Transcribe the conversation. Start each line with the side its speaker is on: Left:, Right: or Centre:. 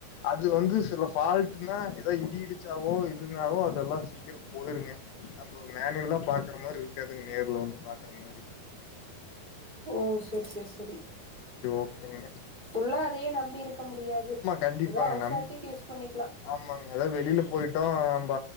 Left: அது வந்து சில ஃபால்ட்டுனா ஏதா இடி இடிச்சாவோ இதுனாவோ அதெல்லா சீக்கிரோ போயிருங்க நம்ம மேனூலா பாக்குற மாரி இருக்காதுங்க நேர்ல வந்து பாக்குற மாரி
Right: ஓ செர் செர் செரி
Left: எங்கங்க
Right: ஃபுல்லா அதயே நம்பி இருக்க முடியாது
Left: கண்டிப்பாங்க
Right: ஏதோ அவுசாரத்துக்
Left: நம்
Right: யூஸ் பண்ணிக்லா
Left: ஆமாங்க ஏதா வெளில போயிட்டோ நம்ப